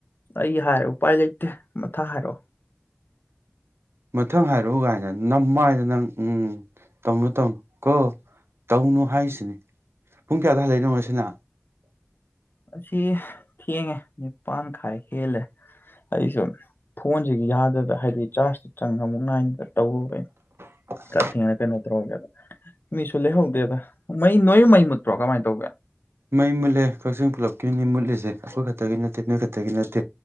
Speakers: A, on the left; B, on the right.
A: ꯑꯩ ꯍꯥꯏꯔ ꯎꯄꯥꯏ ꯂꯩꯇꯦ ꯃꯊꯥ ꯍꯥꯏꯔꯛꯑꯣ
B: ꯃꯊꯪ ꯍꯥꯏꯔꯛꯎ ꯀꯥꯏꯅ ꯅꯝꯃꯥꯏꯗ ꯅꯪ ꯎꯝ ꯇꯧꯅꯨ ꯇꯧꯅꯨ ꯀꯣ ꯇꯧꯅꯨ ꯍꯥꯏꯁꯤꯅꯤ ꯄꯨꯡ ꯀꯌꯥꯗ ꯍꯜꯂꯛꯏꯅꯣ ꯉꯁꯤꯅ
A: ꯉꯁꯤ ꯊꯦꯡꯉꯦ ꯅꯤꯄꯥꯟ ꯈꯥꯏ ꯍꯦꯜꯂꯦ ꯑꯩꯁꯨ ꯐꯣꯟꯁꯤꯒꯤ ꯌꯥꯗꯗꯅ ꯍꯥꯏꯗꯤ ꯆꯥꯔꯖꯇ ꯆꯪꯉꯒ ꯑꯃꯨꯛ ꯈꯥꯏꯗꯅ ꯇꯧꯔꯨꯨꯔꯦ
B: inaudible
A: ꯀꯠꯇꯦꯅ ꯀꯩꯅꯣ ꯇꯧꯒꯦꯗ ꯃꯤꯁꯨ ꯂꯩꯍꯧꯗꯦꯗ ꯃꯩ ꯅꯣꯏ ꯃꯩ ꯃꯨꯠꯇ꯭ꯔꯣ ꯀꯃꯥꯏꯅ ꯇꯧꯒꯦ
B: ꯃꯩ ꯃꯨꯠꯂꯦ ꯀꯛꯆꯤꯡ ꯄꯨꯂꯞꯀꯤꯅꯤ ꯃꯨꯠꯂꯤꯁꯦ ꯑꯩꯈꯣꯏ ꯈꯛꯇꯒꯤ ꯅꯠꯇꯦ ꯅꯣꯏ ꯈꯛꯇꯒꯤ ꯅꯠꯇꯦ